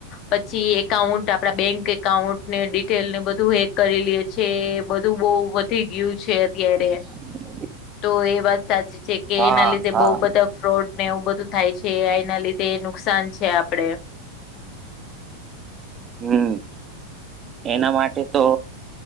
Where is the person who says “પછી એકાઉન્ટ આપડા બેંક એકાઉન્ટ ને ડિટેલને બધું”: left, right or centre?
Left